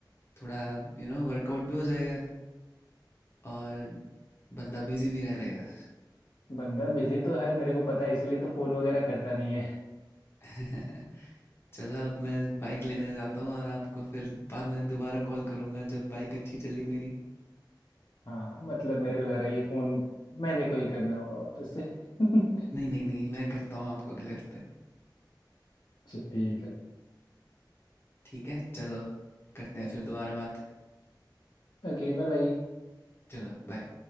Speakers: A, on the left (about 30°); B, on the left (about 70°).
A: थोड़ा यू नो वर्कआउट भी हो जाएगा और बंदा बिजी भी रह लेगा
B: बंदा बिजी तो है मेरे को पता है इसलिए तो फोन वगैरह करता नहीं है
A: <laughs> चलो अब मैं बाइक लेने जाता हूँ और आपको फिर बाद में दोबारा कॉल करूँगा जब बाइक अच्छी चली मेरी
B: हाँ मतलब मेरे को लग रहा है ये फोन मैंने को ही करना होगा वापस से <laughs> अच्छा
A: नहीं नहीं नहीं मैं करता हूँ आपको अगले हफ्ते
B: ठीक है
A: ठीक है चलो करते हैं फिर दोबारा बात
B: Okay bye bye
A: चलो बाय